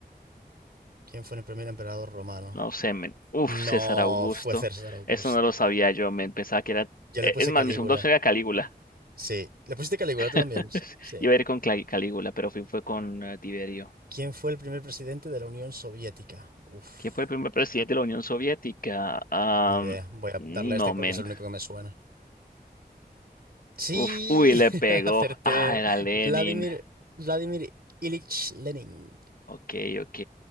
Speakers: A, on the right; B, on the left.
A: ¿Quién fue el primer emperador romano?
B: no sé, men. Uf,
A: No
B: César Augusto.
A: fue César Augusto.
B: Eso no lo sabía yo, men. Pensaba que era.
A: Yo le
B: e-
A: puse
B: Es más,
A: Calígula.
B: mi segunda opción era Calígula.
A: Sí. ¿Le pusiste Calígula tú también?
B: <laughs>
A: Sí. sí.
B: Iba a ir con Cla- Calígula, pero fui, fue con eh, Tiberio.
A: ¿Quién fue el primer presidente de la Unión Soviética? Uf,
B: ¿Quién fue el primer presidente de la Unión Soviética? Am,
A: ni idea. Voy a
B: no,
A: darle a este porque
B: men.
A: es el único que me suena. Sí,
B: Uf, uy, le
A: <laughs>
B: pegó.
A: acerté.
B: Ah, era Lenin.
A: Vladimir, Vladimir Ilich Lenin.
B: Ok, ok.